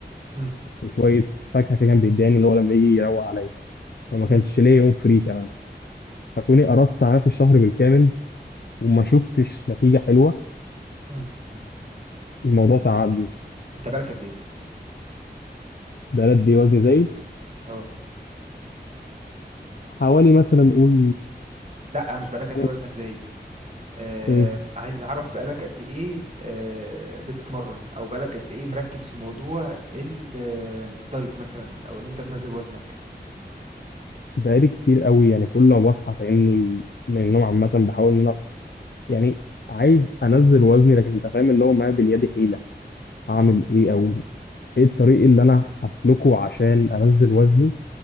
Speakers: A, on the right (about 40°); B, on the left (about 70°).
A: امم
B: وشويه فاكهه كده كان بيداني اللي هو لما يجي يروق عليا فما
A: امم
B: كانش ليا يوم فري كمان فكوني قرصت على نفسي الشهر بالكامل وما شفتش نتيجه حلوه
A: امم امم.
B: الموضوع تعبني
A: انت بالك قد ايه
B: بقى قد ايه وزني زايد
A: اه
B: حوالي مثلا قول
A: لا مش بالك قد
B: تلات-
A: ايه وزنك زايد آه
B: ايه
A: عايز اعرف بقالك قد ايه آه بتتمرن او بقالك قد ايه مركز في موضوع ال- آه، الدايت مثلا او ان انت تنزل وزنك
B: بقالي كتير قوي يعني كل ما بصحى فاهمني من النوم عامه بحاول ان انا يعني عايز انزل وزني لكن انت فاهم اللي هو ما باليد حيله هعمل
A: مم،
B: ايه او ايه الطريق اللي انا هسلكه عشان انزل وزني